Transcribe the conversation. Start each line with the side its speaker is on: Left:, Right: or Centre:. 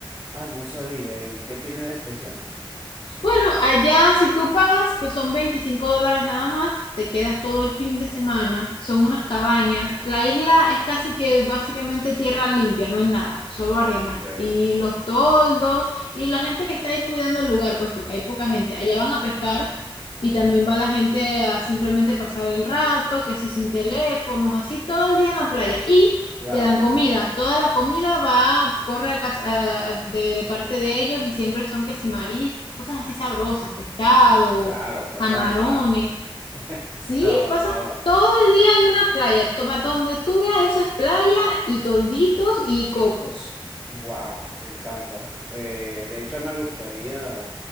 Right: ah, no sabía, ¿y qué tiene de especial?
Left: Bueno, allá si tú pagas, que son 25 dólares nada más, te quedas todo el fin de semana, son unas cabañas. La isla es casi que básicamente tierra limpia, no hay nada, solo arena.
Right: Ok,
Left: Y los toldos y la gente que está ahí cuidando el lugar, pues porque hay poca gente. Allá van a pescar y también va la gente a simplemente pasar el rato, que sí sin teléfonos, así todo el día en la playa. Y
Right: claro,
Left: te dan comida. Toda la comida va, corre a cas- a- a- de, de parte de ellos y siempre son que si mariscos, cosas así sabrosas, pescado,
Right: claro, cosas
Left: camarones.
Right: del mar. <laughs>
Left: Sí,
Right: No,
Left: pasas
Right: no,
Left: todo el día en una playa. to- pa' Donde tú veas, eso es playa y tolditos y cocos.
Right: wow, me encanta. Eh, de hecho, me gustaría,